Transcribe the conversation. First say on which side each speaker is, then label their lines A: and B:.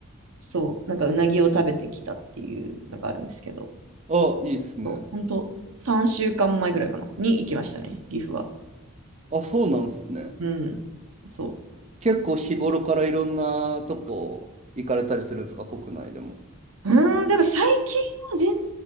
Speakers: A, on the right; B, on the right.
A: そう、なんかうなぎを食べてきたっていうのがあるんですけど、
B: あ、いいっすね。
A: そうほんと、3週間前ぐらいかな、に行きましたね、岐阜は。
B: あ、そうなんすね。
A: うん、そ
B: 結構日頃からいろんなとこ行かれたりするんですか、国内でも。
A: う。うーん、でも最近は全然行